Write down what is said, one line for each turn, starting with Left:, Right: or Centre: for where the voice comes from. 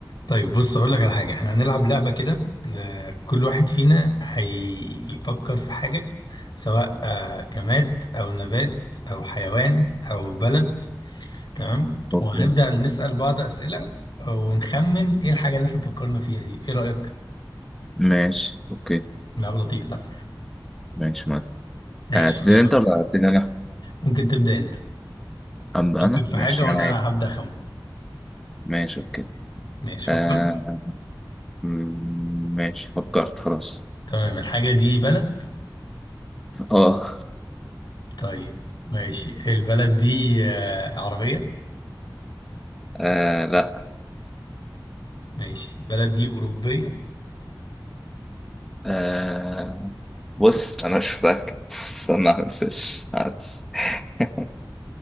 Left: طيب بص اقول لك على حاجه احنا هنلعب لعبه كده آه، كل واحد فينا هيفكر في حاجه سواء آه، جماد او نبات او حيوان او بلد تمام
Centre: اوكي
Left: وهنبدا نسال بعض اسئله ونخمن ايه الحاجه اللي احنا فكرنا فيها دي ايه رايك
Centre: ماشي اوكي
Left: لعبه لطيفه صح
Centre: ماشي ما
Left: ماشي
Centre: آه، تبتدي
Left: يلا
Centre: انت ولا ابتدي انا؟
Left: ممكن تبدا انت
Centre: ابدا
Left: فكر
Centre: انا
Left: في
Centre: ماشي
Left: حاجه
Centre: يعني
Left: وانا هبدا اخمن
Centre: ماشي اوكي
Left: ماشي فكرت
Centre: آه م- ماشي فكرت خلاص
Left: تمام الحاجه دي بلد
Centre: اه
Left: طيب ماشي البلد دي آه، عربيه
Centre: آه، لا
Left: ماشي البلد دي اوروبيه
Centre: آه بص انا مش متأكد استنى ما انساش معلش <laughs>